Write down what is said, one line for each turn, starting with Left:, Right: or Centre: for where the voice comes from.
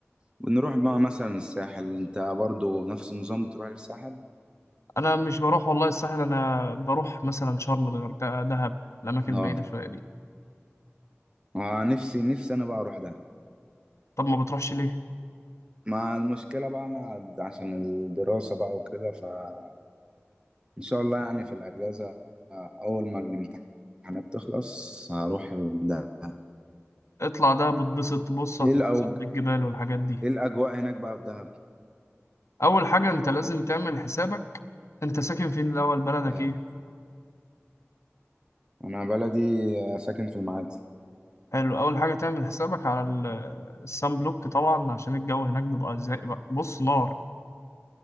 Right: بنروح بقى مثلا الساحل انت برضه نفس النظام بتروح للساحل
Left: انا مش بروح والله الساحل انا بروح مثلا شرم الغردقه دهب الاماكن
Right: اه
Left: البعيده شويه دي
Right: آه، نفسي نفسي انا بقى اروح ده
Left: طب ما بتروحش ليه
Right: مع المشكلة بقى انا عشان الدراسة بقى وكده فان شاء الله يعني في الاجازة آه، اول ما الامتحانات تخلص هروح ده
Left: اطلع دهب وتبسط بص
Right: ايه
Left: هتتبسط
Right: الأوج...
Left: بالجبال والحاجات دي
Right: ايه الاجواء هناك بقى في دهب
Left: اول حاجه انت لازم تعمل حسابك انت ساكن فين الاول بلدك
Right: اه
Left: ايه
Right: انا بلدي ساكن في المعادي
Left: حلو اول حاجه تعمل حسابك على ال- السان بلوك طبعا عشان الجو هناك بيبقى زي بص نار